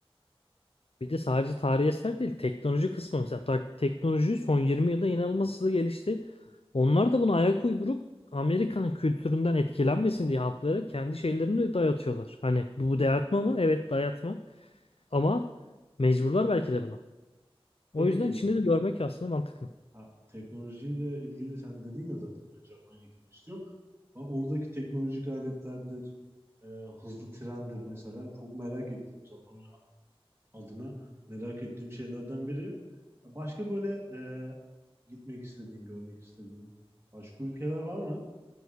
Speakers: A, on the left; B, on the right.
A: Bir de sadece tarihi eser değil, teknoloji kısmı mesela ta- teknoloji son 20 yılda inanılmaz hızlı gelişti. Onlar da buna ayak uydurup Amerikan kültüründen etkilenmesin diye halklara kendi şeylerini de dayatıyorlar. Hani bu dayatma mı? Evet dayatma. Ama mecburlar belki de buna.
B: Tabii
A: O yüzden
B: ki
A: Çin'i de görmek aslında mantıklı.
B: ha, teknolojiyle ilgili sen dedin ya zaten ben Japonya'ya gitmek istiyorum. Ha, oradaki teknolojik aletlerdir, e, hızlı trendir mesela. Çok merak ettiğim Japonya adına merak ettiğim şeylerden biri. Başka böyle e, gitmek istediğin, görmek istediğin başka ülkeler var mı?